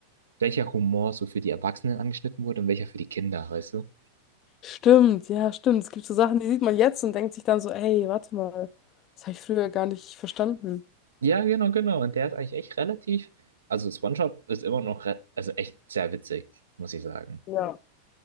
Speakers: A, on the right; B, on the left.
A: welcher Humor so für die Erwachsenen angeschnitten wurde und welcher für die Kinder, weißt du?
B: stimmt, ja, stimmt. Es gibt so Sachen, die sieht man jetzt und denkt sich dann so, ey, warte mal, das habe ich früher gar nicht verstanden.
A: Ja, genau, genau. Und der ist eigentlich echt relativ. Also SpongeBob ist immer noch, re- also echt sehr witzig, muss ich sagen.
B: Ja.